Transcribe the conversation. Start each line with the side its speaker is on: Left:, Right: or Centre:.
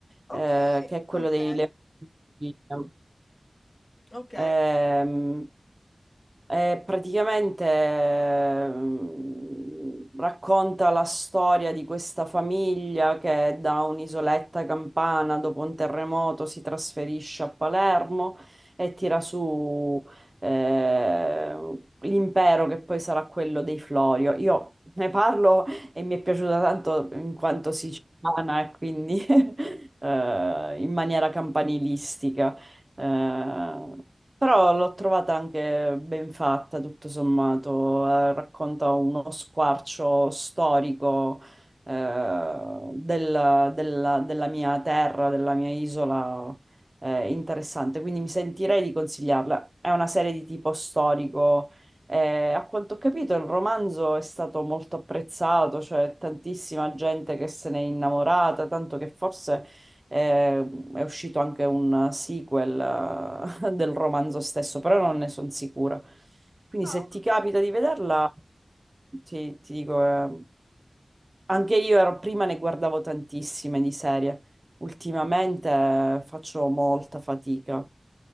Right: eh,
Left: Ok,
Right: che è quello
Left: ok,
Right: dei leoni.
Left: ok.
Right: Ehm, eh, praticamente ehm, racconta la storia di questa famiglia che da un'isoletta campana dopo un terremoto si trasferisce a Palermo e tira su eh, l'impero che poi sarà quello dei Florio. Io ne parlo e mi è piaciuta tanto in quanto siciliana e quindi <laughs> eh, in maniera campanilistica. Eh, però l'ho trovata anche ben fatta, tutto sommato, eh, racconta uno squarcio storico eh, del- della, della mia terra, della mia isola, eh, interessante, quindi mi sentirei di consigliarla. È una serie di tipo storico, eh, a quanto ho capito il romanzo è stato molto apprezzato, cioè tantissima gente che se n'è innamorata, tanto che forse eh, è uscito anche un sequel del romanzo stesso, però non ne sono sicura. Quindi
Left: Ah,
Right: se ti
Left: ok.
Right: capita di vederla, ti, ti dico, eh, anche io ero- prima ne guardavo tantissime di serie, ultimamente eh, faccio molta fatica.